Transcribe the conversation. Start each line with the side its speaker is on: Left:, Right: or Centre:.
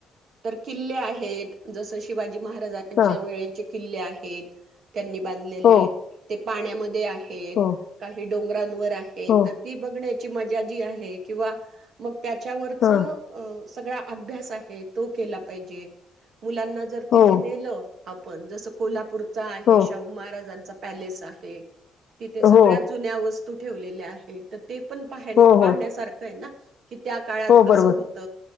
Right: तर किल्ले आहेत जस शिवाजी महाराज.
Left: हां
Right: च्या वेळेची. किल्ले आहेत त्यांनी बांधलेले
Left: हो
Right: ते. पाण्यामध्ये आहे. हे
Left: हो
Right: काही डोंगरांवर. आहे
Left: हो
Right: तर ती बघण्या- ची मजा जी आहे किंवा मग- त्याच्यावरचं
Left: हां
Right: अ- सगळा अभ्यास आहेत. तो केला पाहिजे? मुलांना जर
Left: हो
Right: तिथे नेलं. आपण जसं कोल्हापूर. आहे
Left: हो
Right: शाहू महाराजांचा- पॅलेस आहे तिथे सगळ्या
Left: हो
Right: जुन्या वस्तु तू ठेवलेले आहे तर? ते पण पाह
Left: हो
Right: पाहण्यासारखं
Left: हो
Right: आहे ना? कि त्या काळात
Left: हो
Right: कसं
Left: बरोबर
Right: होत.